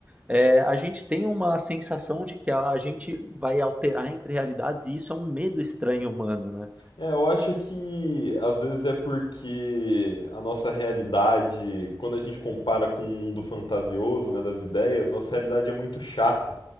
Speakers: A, on the right; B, on the left.
A: É, a gente tem uma sensação de que a gente vai alterar entre realidades e isso é um medo estranho humano, né?
B: É, eu acho que às vezes é porque a nossa realidade, quando a gente compara com o mundo fantasioso, né, das ideias, nossa realidade é muito chata,